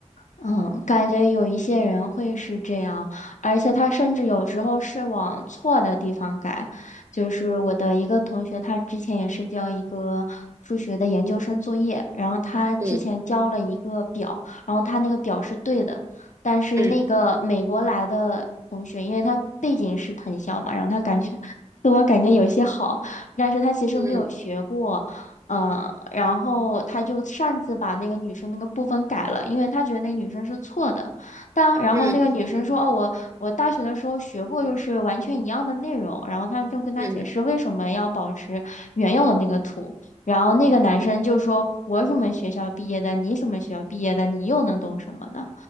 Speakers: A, on the left; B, on the right.
A: 嗯，感觉有一些人会是这样，而且他甚至有时候是往错的地方改。就是我的一个同学，他之前也是交一个数学的研究生作业，然后他之前交了一个表，
B: 嗯
A: 然后他那个表是对的，但是那个美国来的同学，
B: 嗯
A: 因为他背景是藤校嘛，然后他感觉 <laughs> 自我感觉有些好，但是他其实没有学过。
B: 嗯
A: 嗯，呃然后他就擅自把那个女生那个部分改了，因为他觉得那个女生是错的。但然后那个女生说：
B: 嗯
A: “哦，我我大学的时候学过，就是完全一样的内容。”然后他就跟他解释为什么要保持原有的那个图。
B: 嗯
A: 然后那个男生就说：
B: 嗯，
A: “我什么学校毕业的？你什么学校毕业的？你又能懂什么呢？”